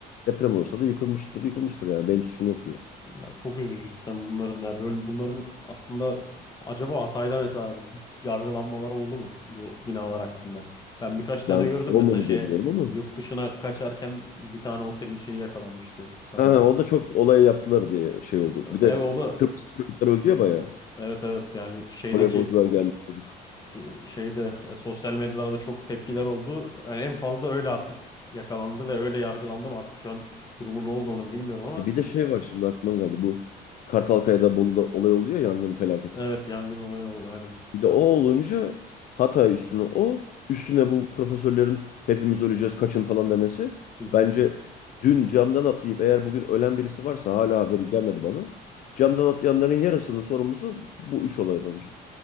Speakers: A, on the left; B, on the left.
A: Deprem olursa da yıkılmıştır, yıkılmıştır yani benim suçum yok diyor.
B: Ya çok üzücü cidden bunların ya böyle bunların aslında acaba Hatay'da mesela yargılanmaları oldu mu bu binalar hakkında? Ben birkaç tane
A: Ben
B: gördüm
A: olmadı
B: mesela şeye
A: diye biliyorum ama.
B: yurt dışına kaçarken bir tane otelin şeyi yakalanmıştı sahibi.
A: Ha, ha o da çok olay yaptılar diye şey oldu. Bir
B: Ev
A: de
B: o da
A: Kıbrıs çocuklar öldü ya bayağı.
B: evet evet yani şeydeki
A: Voleybolcular gelmiş çocuk.
B: t- şeyde e, sosyal medyalarda çok tepkiler oldu. Yani en fazla öyle artık yakalandı ve öyle yargılandı mı artık şu an durumu ne oldu onun bilmiyorum ama
A: E, bir de şey var şimdi aklıma geldi bu Kartalkaya'da Bolu'da olay oluyor ya yangın felaketi.
B: evet yangın olayı oldu aynen.
A: Bir de o olunca Hatay üstüne o, üstüne bu profesörlerin hepimiz öleceğiz kaçın falan demesi.
B: Hı hı.
A: Bence dün camdan atlayıp eğer bugün ölen birisi varsa hala haberi gelmedi bana. Camdan atlayanların yarısının sorumlusu bu üç olay bence.